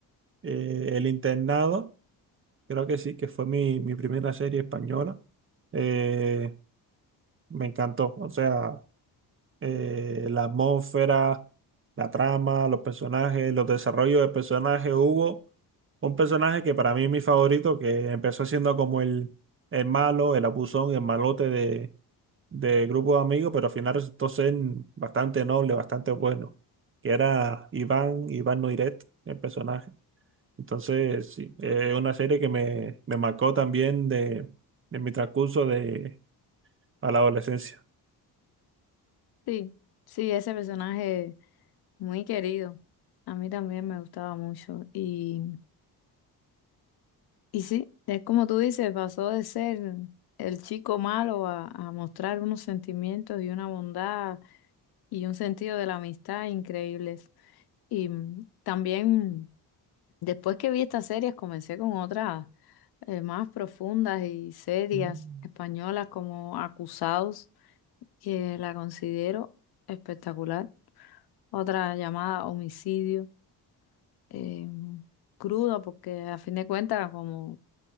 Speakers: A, on the right (about 30°); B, on the left (about 65°).
A: eh, El Internado Creo que sí, que fue mi, mi primera serie española. Eh, me encantó. O sea, eh, la atmósfera, la trama, los personajes, los desarrollos de personajes. Hubo un personaje que para mí es mi favorito, que empezó siendo como el, el malo, el abusón, el malote de, de grupo de amigos, pero al final resultó ser bastante noble, bastante bueno, que era Iván, Iván Noiret, el personaje. Entonces, sí, es una serie que me, me marcó también de, de mi transcurso de, a la adolescencia.
B: Sí, sí, ese personaje muy querido. A mí también me gustaba mucho. Y, y sí, es como tú dices, pasó de ser el chico malo a, a mostrar unos sentimientos y una bondad y un sentido de la amistad increíbles. Y mm, también después que vi estas series comencé con otras eh, más profundas y serias
A: Mm,
B: españolas como Acusados, que la considero espectacular. otra llamada homicidio, eh, cruda, porque a fin de cuentas, como,